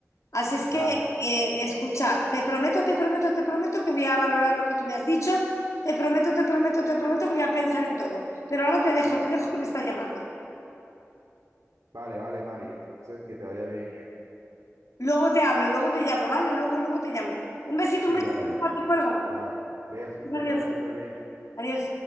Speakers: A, on the left; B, on the right.
A: Así es que,
B: Dale,
A: eh, escucha, te prometo, te prometo, te prometo que voy a valorar lo que tú me has dicho. Te prometo, te prometo, te prometo que voy a pensar en todo. Pero ahora te dejo, te dejo que me está llamando.
B: vale, vale, Mari. Entonces, que te vaya bien, hija.
A: Luego te hablo, luego te llamo, ¿vale? Luego, luego te llamo. Un besito,
B: Sí,
A: un besito,
B: dale, da.
A: papá, te cuelgo.
B: Chao. Besos, que
A: Adiós,
B: te vaya súper bien.
A: adiós.